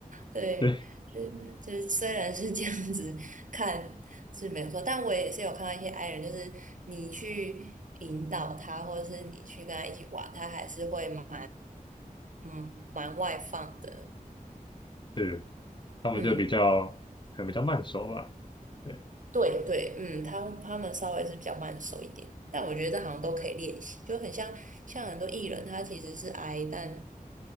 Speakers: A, on the right (about 60°); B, on the left (about 30°).
A: 对，
B: 对，
A: 就就是虽然是这样子看是没有错，但我也是有看到一些 I 人，就是你去引导他，或者是你去跟他一起玩，他还是会蛮嗯蛮外放的。
B: 是，他们就比较可能比较慢熟吧。
A: 嗯。
B: 对，
A: 对对，嗯，他们他们稍微是比较慢熟一点，但我觉得这好像都可以练习，就很像像很多艺人，他其实是 I，但